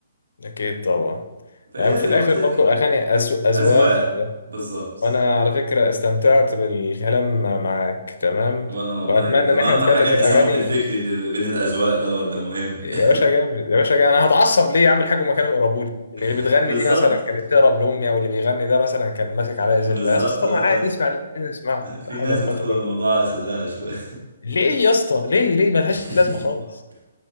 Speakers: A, on the left; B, on the right.
A: اكيد طبعا
B: فهي
A: يعني في
B: زي
A: الاخر
B: ما قلت لك
A: برضو الاغاني أزو- اذواق
B: أذواق
A: اذواق
B: بالظبط
A: وانا على فكره استمتعت بالكلام معاك تمام
B: وأنا والله
A: واتمنى
B: جدا
A: ان
B: وأهم
A: احنا نتكلم
B: حاجة التسامح
A: في الاغاني
B: الفكري اللي بين الأذواق دوت ده مهم يعني
A: يا باشا جامد يا باشا جامد. انا هتعصب ليه اعمل حاجه وما كانوا يقربوا لي اللي
B: <laughs>
A: بتغني
B: بالظبط
A: دي مثلا كانت تقرب لامي او اللي بيغني ده مثلا كان ماسك عليا زله
B: بالظبط
A: يا اسطى
B: آه.
A: ما عادي اسمع اللي عايز اسمعه
B: في
A: لا حول
B: ناس
A: ولا
B: بتاخد
A: قوه الا
B: الموضوع
A: بالله
B: على صدرها شوية
A: ليه يا اسطى ليه ليه ملهاش
B: <laughs>
A: لازمه خالص